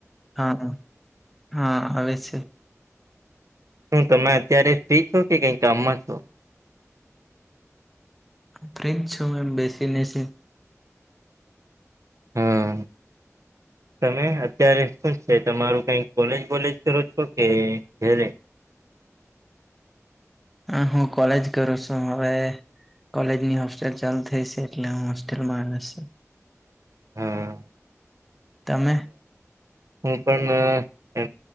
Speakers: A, in the centre; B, on the right.
A: હા હા આવે છે.
B: શું તમે અત્યારે ફ્રી છો કે કઈ કામમાં છો
A: ફ્રિજ છું મે બેસીનેસી
B: હા તમે અત્યારે શું છે, તમારું કઈ કોલેજ વોલેજ કરો છો કે જરે
A: હ હું કોલેજ કરું છું હવે કોલેજની હોસ્ટેલ ચાલુ થઈ છે એટલે હું હોસ્ટેલમાં આવે છ
B: હા
A: તમે
B: હું પણ એ